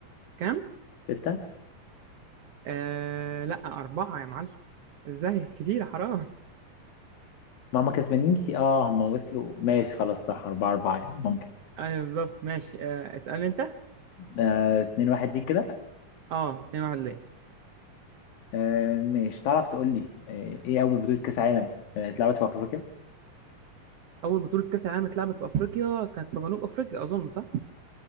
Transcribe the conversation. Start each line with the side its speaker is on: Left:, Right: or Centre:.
Right: كام
Left: ستة
Right: آه لا أربعة يا معلم ازاي كتير حرام <laughs>
Left: ما هم كسبانين كتير اه هم وصلوا ماشي خلاص صح أربعة أربعة يعني ممكن
Right: ايوه بالظبط ماشي آه اسألني انت
Left: آه، اتنين واحد ليك كده
Right: اه 2 واحد ليه
Left: آه، ماشي تعرف تقول لي آه، ايه أول بطولة كأس عالم آه، اتلعبت في أفريقيا
Right: اول بطولة كأس العالم اتلعبت في افريقيا كانت في جنوب افريقيا اظن صح